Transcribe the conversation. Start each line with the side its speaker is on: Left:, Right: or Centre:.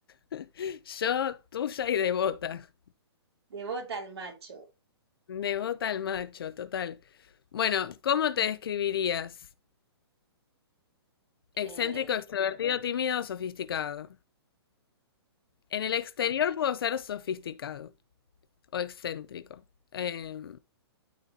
Left: <laughs> Yo, tuya y devota.
Right: de bota al macho.
Left: Devota al macho, total. Bueno, ¿cómo te describirías?
Right: Eh,
Left: Excéntrico, extrovertido, tímido o sofisticado. En el exterior puedo ser sofisticado o excéntrico. Eh,